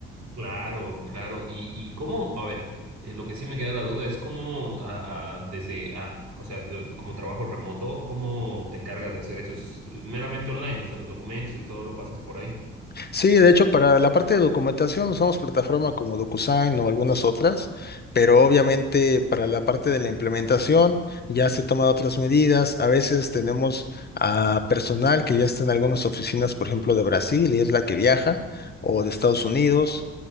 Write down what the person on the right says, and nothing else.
Claro, claro. Y, y cómo, a ver, eh, lo que sí me queda la duda es cómo, ah, ah, desde, ah, o sea, de- como trabajo remoto, ¿cómo te encargas de hacer eso? ¿Es meramente online? O sea, los documentos y todo lo pasas por ahí.